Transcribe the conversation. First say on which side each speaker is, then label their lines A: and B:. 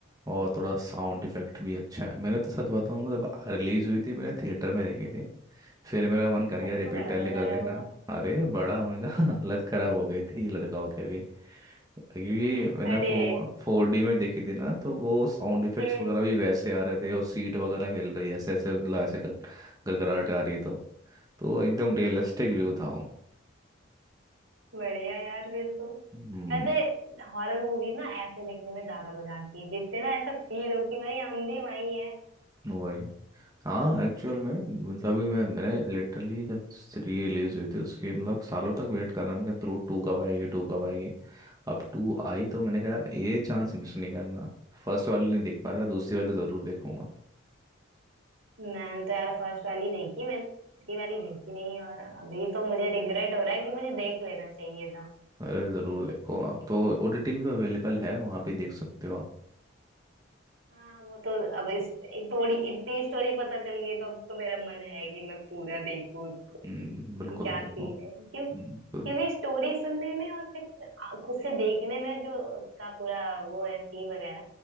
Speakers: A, on the right (about 20°); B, on the right (about 75°).
A: और थोड़ा साउंड इफेक्ट भी अच्छा है मैंने तो सच बताऊँ जब रिलीज हुई थी मैंने थिएटर में देखी थी फिर मेरा मन कर
B: तब
A: गया रिपीट
B: तो बड़ा
A: टेलीकास्ट
B: मजा आया
A: देखना
B: होगा
A: अरे बड़ा मज़ा <laughs> हालत ख़राब हो गई थी लड़का होके भी क्योंकि
B: <laughs>
A: मैंने
B: अरे
A: वो फोर डी में देखी थी ना तो वो साउंड इफेक्ट्स
B: हम्म
A: वगैरह भी वैसे आ रहे थे और सीट वगैरह हिल रही है ऐसे ऐसे मतलब ऐसे गर- गड़गड़ाहट आ रही तो तो एकदम रियलिस्टिक व्यू था वो
B: बढ़िया यार फिर तो
A: हम्म,
B: ऐसे हॉरर मूवी ना ऐसे देखने में ज्यादा मजा आती है जिससे ना ऐसा फील हो कि भाई हम भी वही हैं
A: वही हाँ एक्चुअल में मतलब अभी मैं मैंने लिटरली जब री रिलीज हुई थी उसके मतलब सालों तक वेट करना मैंने कहा टू टू कब आएगी टू कब आएगी अब टू आई
B: हाँ
A: तो मैंने कहा यार ये चांस मिस नहीं करना फर्स्ट वाली नहीं देख पाया था, दूसरी वाली तो ज़रूर देखूंगा
B: मैंने तो यार फर्स्ट वाली देखी मैंने दूसरी वाली देखी नहीं और अभी तो मुझे रिग्रेट हो रहा है कि मुझे देख लेना चाहिए था
A: अरे ज़रूर देखो आप तो ओटीटी पे अवेलेबल है वहाँ पे देख सकते हो आप
B: हाँ वो तो अब इस थोड़ी इतनी स्टोरी पता चल गई तो अब तो मेरा मन है कि मैं पूरा देखूं कि
A: हम्म, बिल्कुल
B: क्या
A: देखो
B: सीन है
A: हम्म,
B: क्यों क्योंकि
A: बिल्कुल
B: स्टोरी सुनने में और फिर खुद से देखने में जो उसका पूरा वो है सीन वगैरह